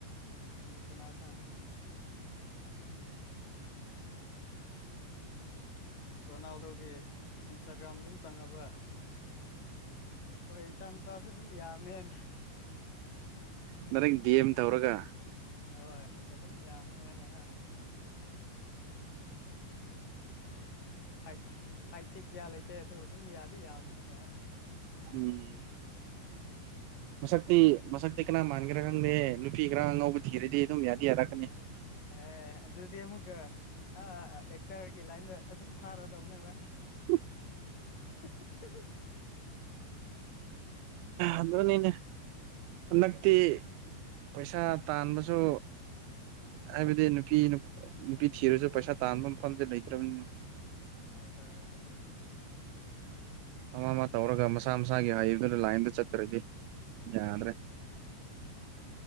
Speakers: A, on the left; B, on the right.
A: ꯑꯗꯨ ꯀꯅꯥ ꯈꯪ <unintelligible> ꯔꯣꯅꯥꯜꯗꯣꯒꯤ ꯏꯟꯁꯇꯥꯒ꯭ꯔꯥꯝꯗꯨꯝ ꯆꯪꯉꯕ ꯍꯣꯏ ꯏꯆꯥ ꯅꯨꯨꯄꯥꯁꯨ ꯑꯗꯨꯝ ꯌꯥꯝꯅꯦꯅ
B: ꯗꯥꯏꯔꯦꯛ ꯗꯤ ꯑꯦꯝ ꯇꯧꯔꯒ
A: ꯍꯣꯏ ꯍꯣꯏ ꯑꯩ ꯑꯗꯨꯝ ꯌꯥꯝꯃꯦ ꯍꯥꯏꯅ ꯍꯥꯏ ꯍꯥꯏ ꯇꯤ ꯀꯌꯥ ꯂꯩ ꯇꯦ ꯑꯗꯨ ꯑꯗꯨꯝ ꯌꯥꯗꯤ ꯌꯥꯝꯅꯤꯅ
B: ꯎꯝ ꯃꯁꯛꯇꯤ ꯃꯁꯛꯇꯤ ꯀꯅꯥ ꯃꯥꯟꯒꯦꯔꯥ ꯈꯪꯗꯦ ꯅꯨꯄꯤ ꯈꯔ ꯑꯉꯥꯎꯕ ꯊꯤꯔꯗꯤ ꯑꯗꯨꯝ ꯌꯥꯗꯤ ꯌꯥꯔꯛꯀꯅꯤ
A: ꯑꯦ ꯑꯗꯨꯗꯤ ꯑꯃꯨꯛꯀ ꯑ ꯑꯦꯛꯇꯔꯒꯤ ꯂꯥꯏꯟꯗ ꯑꯗꯨꯝ ꯊꯥꯔꯗꯧꯅꯦ ꯚꯥꯏ
B: <unintelligible>
A: <unintelligible>
B: ꯑꯗꯨꯅꯤꯅꯦ ꯍꯟꯗꯛꯇꯤ ꯄꯩꯁꯥ ꯇꯥꯟꯕꯁꯨ ꯍꯥꯏꯕꯗꯤ ꯅꯨꯄꯤ ꯅꯨꯄꯤ ꯊꯤꯔꯁꯨ ꯄꯩꯁꯥ ꯇꯥꯟꯕ ꯃꯐꯝꯁꯦ ꯂꯩꯇ꯭ꯔꯕꯅꯤꯅ
A: ꯍꯣꯏꯗ ꯍꯣꯏꯗ
B: ꯑꯃ ꯑꯃ ꯇꯧꯔꯒ ꯃꯁꯥ ꯃꯁꯥꯒꯤ ꯍꯥꯏꯕꯗꯨꯅ ꯂꯥꯏꯟꯗ ꯆꯠꯇ꯭ꯔꯗꯤ ꯌꯥꯗ꯭ꯔꯦ
A: ꯎꯝ